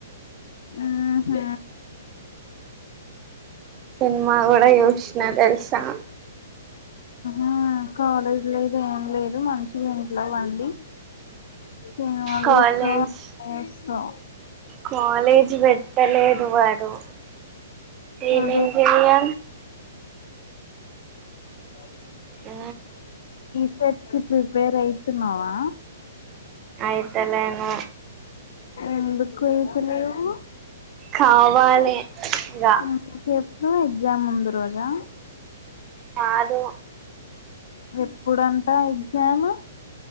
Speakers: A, on the left (about 70°); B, on the right (about 25°).
A: ఊహు
B: సినిమా కూడా చూసిన తెలుసా
A: ఆహ కాలేజ్ లేదు ఏం లేదు మంచిగా ఇంట్లోవ్వండి సినిమాలు
B: కాలేజ్
A: యూస్తవ్ అన్ని యూస్తవ్
B: కాలేజ్ వెట్టలేదు వాడు ఏమేం
A: అదే
B: చెయ్యిలి
A: ఇటు కాలు జెయ్
B: ఆ
A: సెట్ కి ప్రిపేర్ అయితునావా
B: అయితలే ఆ
A: ఎందుకు ఇప్పులేవు
B: కావాలి ఇగ
A: మ్మ్ చెప్ ఎగ్జామ్ ముందు రోజా
B: కాదు
A: ఎప్పుడంటా ఎగ్జాము